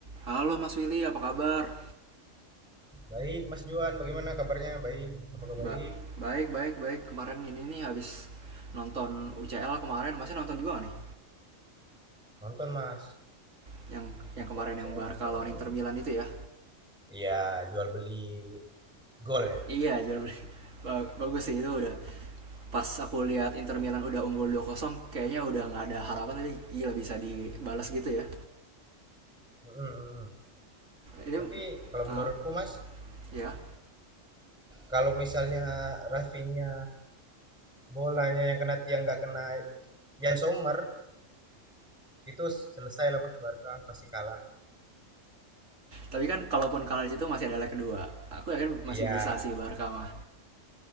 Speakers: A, on the right (about 70°); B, in the centre.
A: Halo Mas Willy, apa kabar?
B: Baik, Mas Juan, bagaimana kabarnya? Baik, apakah
A: Mbak,
B: baik?
A: baik, baik, baik. Kemarin ini nih habis nonton UCL kemarin, masnya nonton juga gak nih?
B: Nonton, Mas.
A: Yang yang
B: Nonton,
A: kemarin yang
B: saya
A: Barca
B: nonton
A: lawan
B: malam.
A: Inter Milan itu ya?
B: Iya, jual beli gol ya.
A: Iya, jauh lebih- <laughs> ba- bagus sih itu udah. Pas aku lihat Inter Milan udah unggul dua kosong kayaknya udah nggak ada harapan tapi gila bisa dibalas gitu ya.
B: Mm, mm.
A: Ini
B: Tapi kalau
A: ah,
B: menurutku, Mas,
A: ya.
B: kalau misalnya Rafinha bolanya yang kena tiang nggak kena Yan Sommer, itu selesai lah Mas Barca pasti kalah.
A: Tapi kan kalaupun kalah di situ masih ada leg kedua. Aku yakin masih
B: Iya,
A: bisa sih Barca mah.